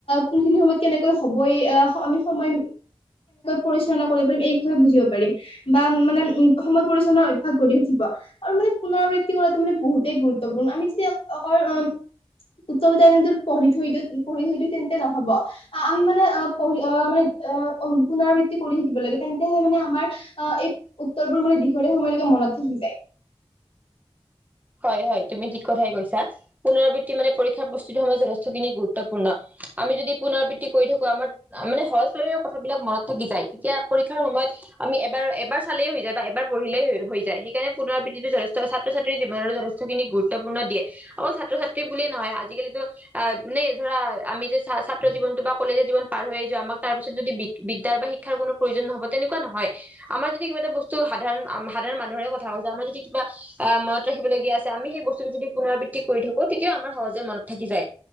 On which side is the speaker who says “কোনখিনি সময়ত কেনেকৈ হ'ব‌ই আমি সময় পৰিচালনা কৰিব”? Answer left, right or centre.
Left